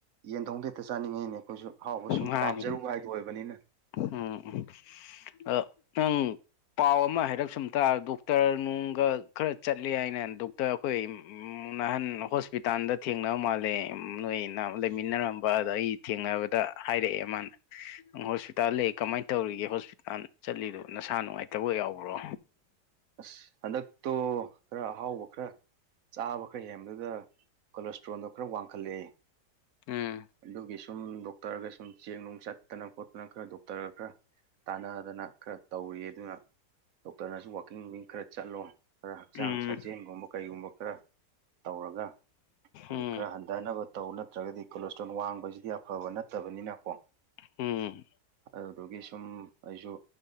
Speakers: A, on the right (about 60°); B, on the left (about 70°).
A: ꯌꯦꯟ ꯊꯣꯡꯗꯨ ꯍꯦꯛꯇ ꯆꯥꯅꯤꯡꯉꯤꯅꯦ ꯑꯩꯈꯣꯏꯁꯨ ꯍꯥꯎꯕ ꯁꯨꯝ
B: ꯃꯥꯅꯤ
A: ꯄꯥꯝꯖꯔꯨ ꯍꯥꯏꯥꯏꯗꯨꯣ ꯑꯣꯏꯕꯅꯤꯅ
B: ꯎꯝ ꯑꯗꯣ ꯅꯒ ꯄꯥꯎ ꯑꯃ ꯍꯥꯏꯔꯞ ꯁꯨꯝ ꯇꯥ ꯗꯣꯛꯇꯔ ꯅꯨꯡꯒ ꯈꯔ ꯆꯠꯂꯦ ꯍꯥꯏꯅꯏ ꯗꯣꯛꯇꯔ ꯑꯩꯈꯣꯏ ꯅꯍꯥꯟ ꯍꯣꯁꯄꯤꯇꯥꯜꯗ ꯊꯦꯡꯅꯕ ꯃꯥꯜꯂꯦ ꯅꯣꯏꯅ ꯂꯩꯃꯤꯟꯅꯔꯝꯕ ꯑꯗꯣ ꯑꯩ ꯊꯦꯡꯅꯕ ꯇꯥ ꯍꯥꯏꯔꯛꯑꯦ ꯃꯥꯅ ꯅꯪ ꯍꯣꯁꯄꯤꯇꯥꯜ ꯂꯩ ꯀꯃꯥꯏꯅ ꯇꯧꯔꯤꯒꯦ ꯍꯣꯁꯄꯤꯇꯥꯜ ꯆꯠꯂꯤꯗꯨꯣ ꯅꯁꯥ ꯅꯨꯡꯉꯥꯏꯇꯕꯒ ꯌꯥꯎꯕ꯭ꯔꯣ
A: ꯑꯁ ꯍꯟꯗꯛꯇꯣ ꯈꯔ ꯑꯍꯥꯎꯕ ꯈꯔ ꯆꯥꯕ ꯈꯔ ꯍꯦꯟꯕꯗꯨꯗ ꯀꯣꯂꯦꯁꯇ꯭ꯔꯣꯜꯗꯣ ꯈꯔ ꯋꯥꯡꯈꯠꯂꯛꯦ
B: ꯎꯝ
A: ꯑꯗꯨꯒꯤꯁꯨ ꯁꯨꯝ ꯗꯣꯛꯇꯔꯒ ꯁꯨꯝ ꯆꯦꯡ ꯅꯨꯡ ꯆꯠꯇꯅ ꯈꯣꯠꯇꯅ ꯈꯔ ꯗꯣꯛꯇꯔꯒ ꯈꯔ ꯇꯥꯟꯅꯗꯅ ꯈꯔ ꯇꯧꯔꯤ ꯑꯗꯨꯅ ꯗꯣꯛꯇꯔꯅꯁꯨ ꯋꯥꯛ ꯀꯀꯤꯡ ꯃꯤꯡ ꯈꯔ ꯆꯠꯂꯣ ꯈꯔ ꯍꯛꯆꯥꯡ
B: ꯎꯝ
A: ꯁꯥꯖꯦꯟꯒꯨꯝꯕ ꯀꯩꯒꯨꯝꯕ ꯈꯔ ꯇꯧꯔꯒ ꯑꯗꯤ
B: ꯎꯝ
A: ꯈꯔ ꯍꯟꯊꯅꯕ ꯇꯧ ꯅꯠꯇ꯭ꯔꯒꯗꯤ ꯀꯣꯂꯦꯁꯇ꯭ꯔꯣꯜ ꯋꯥꯡꯕꯁꯤꯗꯤ ꯑꯐꯥ ꯐꯕ ꯅꯠꯇꯕꯅꯤꯅꯀꯣ
B: ꯎꯝ
A: ꯑꯗꯨꯗꯨꯒꯤ ꯁꯨꯝ ꯑꯩꯁꯨ